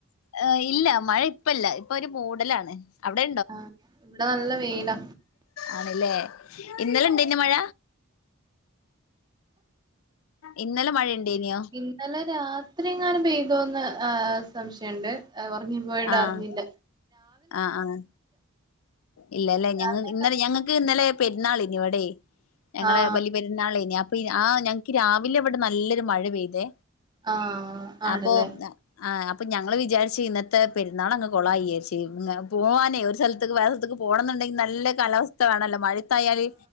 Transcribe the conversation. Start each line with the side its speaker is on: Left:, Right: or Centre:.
Left: ഏഹ് ഇല്ല മഴ ഇപ്പെല്ല ഇപ്പൊരു മൂടലാണ്. അവിടെ
Right: ആഹ് ഇവടെ നല്ല വെയിലാ.
Left: ആണ്ല്ലേ ഇന്നലെ ണ്ടേന്നോ മഴ ഇന്നലെ മഴണ്ടേന്യോ?
Right: ഇന്നലെ രാത്രി ങ്ങാനും പെയ്തോന്ന് ഏഹ് സംശയണ്ട്. ഏഹ് ഓർങ്ങി പോയോണ്ടർഞ്ഞില്ല.
Left: ആഹ് ആഹ് ആഹ് ഇല്ലല്ലേ
Right: രാവിലെയൊക്കെ
Left: ഞങ്ങ ഇന്നലെ ഞങ്ങക്ക് ഇന്നലെ പെര്ന്നാളേനിവടെ ഞങ്ങളെ
Right: ആഹ്
Left: ബലിപെരുന്നാളേനി അപ്പൊ ആഹ് ഞങ്ങക്ക് രാവിലെവടെ നല്ലൊരു മഴ പെയ്തേ
Right: ആഹ് ആണല്ലേ
Left: അപ്പൊ ആഹ് അപ്പ ഞങ്ങള് വിചാര്ച്ച് ഇന്നത്തെ പെര്ന്നാളങ്ങ് കൊളായി വിയാര്ച്ച് മ് പോവാനേ ഒരു സ്ഥൽത്ത്ക്ക് വേറെ ത്ത്ക്ക് പോണന്ന്ണ്ടെങ്കി നല്ല കാലാവസ്ഥ വേണല്ലോ മഴത്തായാല്